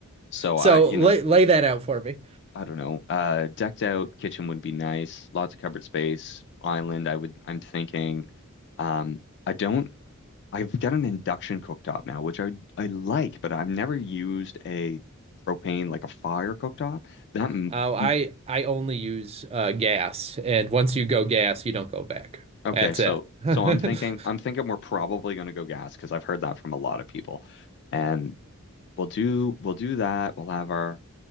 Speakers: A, on the left; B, on the right.
A: So
B: So
A: I, you
B: lay
A: know,
B: lay that out for me.
A: I don't know. Uh, decked out kitchen would be nice. Lots of cupboard space. Island, I would I'm thinking. Um, I don't I've got an induction cooktop now, which I I like, but I've never used a propane like a fire cooktop. That m
B: Uh, I
A: m-
B: I only use uh gas, and once you go gas, you don't go back.
A: okay,
B: That's
A: so
B: it.
A: so
B: <laughs>
A: I'm thinking I'm thinking we're probably going to go gas because I've heard that from a lot of people. And we'll do we'll do that. We'll have our